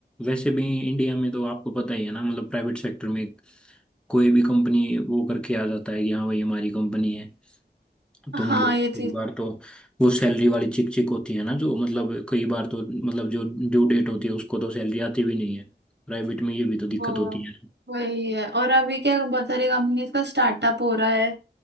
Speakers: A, in the centre; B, on the right.
A: वैसे भी इंडिया में तो आपको पता ही है ना मतलब प्राइवेट सेक्टर में कोई भी कंपनी वो करके आ जाता है कि हाँ भाई हमारी कंपनी है
B: हाँ
A: तो मतलब
B: ये चीज
A: कई बार तो वो सैलरी वाली चिक चिक होती है ना जो मतलब कई बार तो मतलब जो ड्यू डेट होती है उसको तो सैलरी आती भी नहीं है प्राइवेट में ये भी तो दिक्कत
B: वो
A: होती है
B: वही है और अभी क्या बहुत सारी कंपनीज का स्टार्टअप हो रहा है